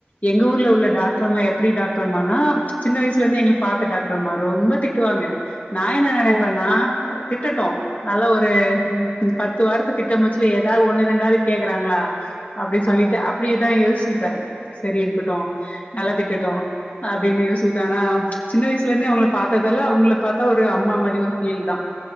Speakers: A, on the left; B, on the left.
A: எங்க ஊர்ல உள்ள டாக்டர்ம்மா எப்டி டாக்டர் அம்மா னா சின்ன வயசிலேந்தே எங்கள பாத்த டாக்டர் அம்மா ரொம்ப திட்டுவாங்க. நா என்ன நெனைப்பேன்னா
B: ஓ
A: திட்டட்டும் நல்லா ஒரு பத்து வார்த்த திட்ட மூச்சுல ஏதாவது ஒன்னு ரெண்டாவது கேக்குறாங்களா அப்படி சொல்லிட்டு
B: அதா
A: அப்டியேதா யோசி ப்ப சரி இருக்கட்டு நல்லா
B: ம்
A: திட்டட்டு அ அப்டினு யோசி சிப்ப ஆனா சின்ன வயசுலேந்தே அவங்க பாத்ததால அவங்கள பாத்தா ஒரு அம்மா மாரி ஒரு ஃபீல் தா